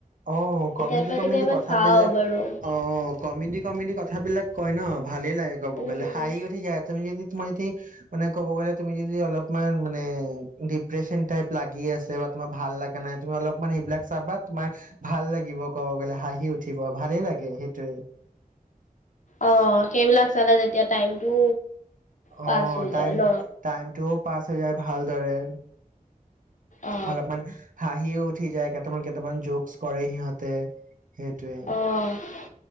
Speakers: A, on the right; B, on the left.
A: অ ',
B: কেতিয়াবা
A: কমেডি -কমেডি
B: কেতিয়াবা
A: কথাবিলাক
B: চাওঁ বাৰু।
A: অ', কমেডি- কমেডি কথাবিলাক কয় ন ভালেই লাগে ক'ব
B: উম।
A: গ'লে হাঁহি উঠি যা তুমি যদি তোমাৰ যদি মানে ক'ব গ'লে তুমি যদি অলপমান মানে ডিপ্ৰেচন টাইপ লাগি আছে বা তোমাৰ ভাল লগা নাই তুমি অলপমান সেইবিলাক চাবা তোমাৰ ভাল লাগিব ক'ব গলে হাঁহি উঠিব ভালেই লাগে সেইটোৱে।
B: অ', সেইবিলাক চালে যেতিয়া টাইমটো পাছ
A: অ',
B: হৈ
A: টাইম
B: যায় ন?
A: -টাইমতটো পাছ হৈ যায় ভালদৰে।
B: অ
A: অলপমান হাঁহিও উঠি যায় কেইটামান কেইটামান জক কৰে সিহঁতে সেইটোৱে
B: আহ